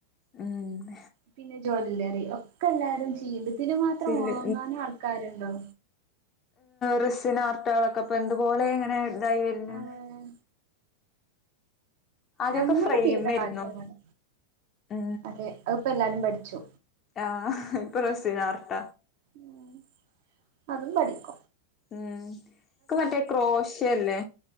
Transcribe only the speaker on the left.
ഉം-
ചില്ല്
റിസിനാർട്ടകളൊക്കെ ഇപ്പൊ എതുപോലെ എങ്ങനെ ഇതായി വരുന്ന്
ആദ്യൊക്കെ
ഫ്രെയിം
വരുന്നു
ഉ
ആഹ് ഇപ്പൊ റസീനാർട്ട
ഉം ഇക്ക മറ്റേ ക്രോശ്യയല്ലേ?